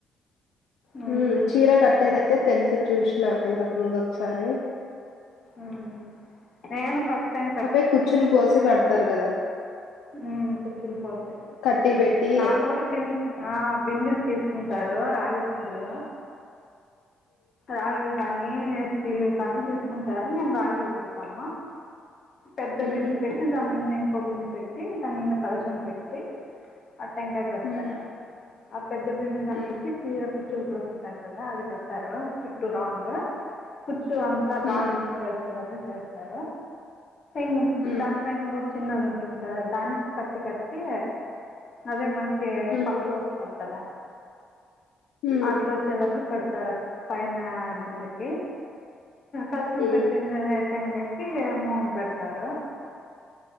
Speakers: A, on the left; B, on the left.
A: ఉమ్,
B: ఉ చీర కట్టేదయితే తెలుసు చూసినా ఇంతకు ముందు ఒకసారి
A: ఆ నేను ఫస్ట్ టైం
B: అవే కుచ్చులు పోసి కడతారు కదా
A: ఊ కుచులు పోసే
B: కట్టి పెట్టి
A: నార్మల్గా బింద్ ఆ బిందల్ కి తీసుకుంటారు రాగిబిందులు రాగి కానీ స్టీల్ కానీ తీసుకుంటారు మేము రాగి పెడతాము పెద్ద
B: హ్మ్
A: బింది పెట్టి దాన్ని ఇం కోబింది పెట్టి దాని మీద కల్చం పెట్టి ఆడ టెన్కాయ పెడతారు
B: హ్మ్
A: అ పెద్ద బింది దానికి
B: హ్మ్
A: చీర కుచ్చులు పోసింటాం కదా అది కొడత చుట్టూ రౌండ్ కుచ్ చ్చు అంతా
B: హ్మ్
A: బాగా ముందర వచ్చద చేస్తార గ్
B: హ్మ్
A: దాని ప ఇకోడ్ చిన్నది ఉంటుంది కదా దానికి కట్టి కట్టి అదే మనకి ఏ
B: హ్మ్
A: పల్లు వస్ సర్ కదా
B: హ్మ్
A: అట్లా వచ్చేది అట్లు పెడతారా పైన బిందకి కలుసం
B: హ్మ్
A: పెట్టిండ ంగకి మొహం పెడతారు